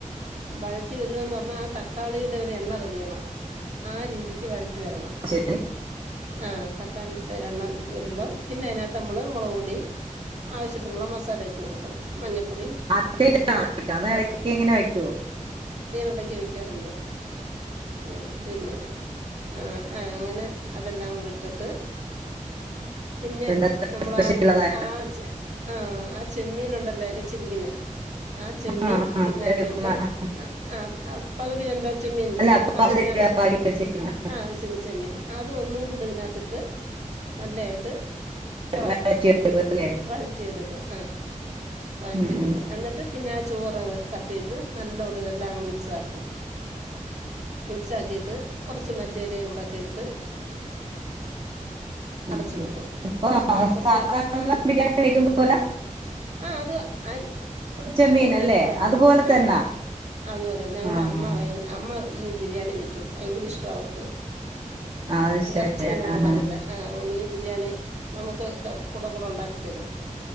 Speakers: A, on the right (about 55°); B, on the right (about 40°).
A: വഴറ്റി വരുവാന്ന് പറഞ്ഞാ ആ തക്കാളിയുടെ ഒരു എണ്ണ തെളിയണം ആ രീതിക്ക് വഴ റ്റി വെരണം
B: ശരി
A: ആ തക്കാളി <unintelligible> വെരുമ്പം പിന്നെ അതിനകത്ത് നമ്മള് മൊളക് പൊടി ആവശ്യത്തിനുള്ള മസാല ഇട ട്ട് കൊടുക്കും മഞ്ഞപ്പൊടി
B: <inaudible> ങ്ങനെ വെയ്ക്കോ
A: ടക്ക്‌ വെക്കാറുണ്ട്. ആ പിന്നെ ആ ആ അങ്ങനെ അതെല്ലാം കുടിട്ടിട്ട് പിന്നെ
B: എന്താ
A: നമ്മളാ
B: സ്പെഷ്യൽ അതാ
A: ആ ചെ ആഹ് ചെമ്മീൻ ഉണ്ടല്ലേ വെച്ചിരിക്കുന്നേ ആ ചെമ്മീൻ
B: ആഹ് ആഹ്
A: ഇതിനത്തോട്ട് ആ ആ അ പകുതി വെന്ത ച്ചെമ്മീൻ ഇല്ലേ
B: അല്ല
A: അത്
B: പകുതി
A: ഇതിനകത്ത്
B: വേവാക്കി വെച്ചേക്കണ്
A: ആ വെച്ചിന്ന ച്ചെമ്മീൻ അത് ഒന്നും കൂടി ഇതിനകത്തിട്ട് നല്ലെ ആയി <unintelligible>
B: വഴറ്റിയെടുക്കുവല്ലേ
A: വഴറ്റി എടുക്കും ആഹ്. വഴറ്റിയെടുക്കും
B: ഉം ഉം
A: എന്നിട്ട് പിന്നെ ആ ചോറങ്ങ് തട്ടിയിട്ട് നല്ലോട് ഇതെല്ലാം അങ്ങ് മിക്സ് ആക്കും മിക്സ് ആക്കിട്ട് കുറച്ച് മല്ലിയിലയും കുടൊക്കെ ഇട്ട്
B: ഉമ്
A: അടച്ചു
B: ഉമ്
A: വെക്കും
B: ഇപ്പ
A: കുറച്ച്
B: സാധാരണ ബിരിയാണി കഴിക്കുമ്പോല
A: ആ അത് ആ
B: ചെമ്മീൻ
A: ചെമ്മീനിട്ടാതി
B: അല്ലേ അതുപോലെ
A: ആ
B: തന്നാ
A: അതുപോലെ ഞങ്ങളുടെ
B: ആഹ്
A: അമ്മ
B: ആഹ്
A: വ് അമ്മ ഈ ബിരിയാണി വെക്കും ഭയങ്കര ഇഷ്ട അവർക്ക്.
B: അത് ശരി
A: ഇറച്ചിയൊന്നും
B: ആഹ്
A: കൂട്ടത്തില്ല ആ അങ്ങനെ ഈ ബിരിയാണി നമുക്ക് കൂടെ കൂടെ ഉണ്ടാക്കി തരും.